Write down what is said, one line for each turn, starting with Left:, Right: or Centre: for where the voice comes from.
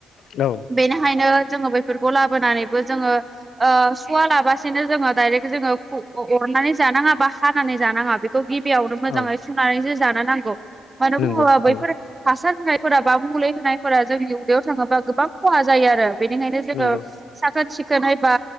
Left: औ
Right: बेनिखायनो जोङो बेैफोरखौ लाबोनानैबो जोंङो सुवा लाबासेनो जोङो डायरेक्ट जोङो अरनानै जानाङा बा हानानै जानाङा बे खौ गिबियावनो मोजाङै
Left: औ
Right: सुनानैसो जानो नांगौ मानो
Left: नंगौ
Right: बुङोबा बैफोर
Left: नंगौ
Right: हासार होनायफोरा बा मुलि होनायफोरा जोंनि उदैयाव थाङोबा गोबां खहा जायो आरो बेनिखायनो जोंङो
Left: नंगौ
Right: साखोन सिखोनै बा